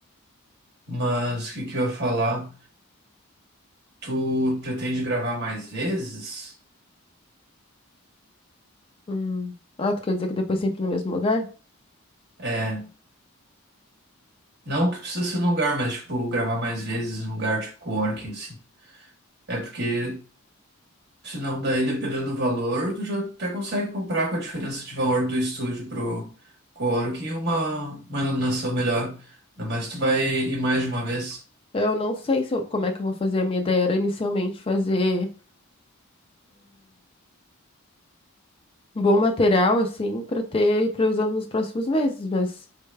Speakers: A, on the right; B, on the left.
A: Mas o que que eu ia falar? Tu pretende gravar mais vezes?
B: Hum. Ah, tu quer dizer que depois sempre no mesmo lugar?
A: É, não que precisa ser num lugar, mas, tipo, gravar mais vezes num lugar tipo coworking, assim. É porque Senão, daí, dependendo do valor, tu já até consegue comprar com a diferença de valor do estúdio pro coworking uma, uma iluminação melhor. Ainda mais tu vai ir mais de uma vez.
B: Eu não sei se eu- como é que eu vou fazer. A minha ideia era inicialmente fazer um bom material, assim, pra ter, pra ir usando nos próximos meses, mas